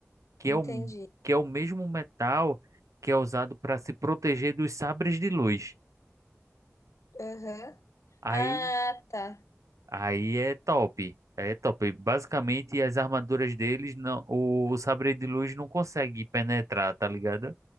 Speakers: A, on the right; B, on the left.
A: que
B: entendi.
A: é o que é o mesmo metal que é usado para se proteger dos sabres de luz.
B: Aham.
A: Aí
B: Ah, tá.
A: Aí é top. É top. Basicamente, as armaduras deles, não, o sabre de luz não consegue penetrar, tá ligado?